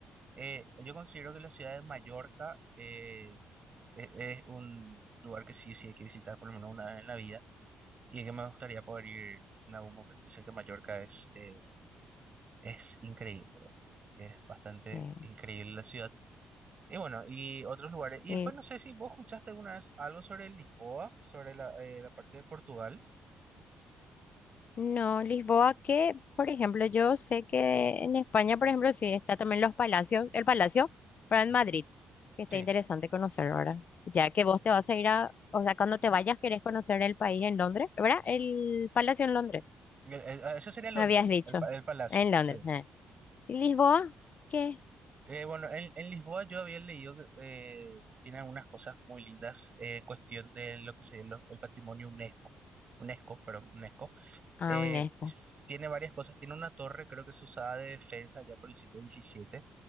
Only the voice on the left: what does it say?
Eh,
y
no, Lisboa, que por ejemplo, yo sé que en España, por ejemplo, sí está también los palacios, el palacio, pero en
Madrid, que está
interesante conocer ahora, ya que vos te vas a ir a, o sea, cuando te vayas querés conocer el país en Londres, ¿verdad? El palacio en Londres,
me habías dicho,
en Londres.
eh. ¿Y Lisboa? ¿Qué?
Ah,
UNESCO.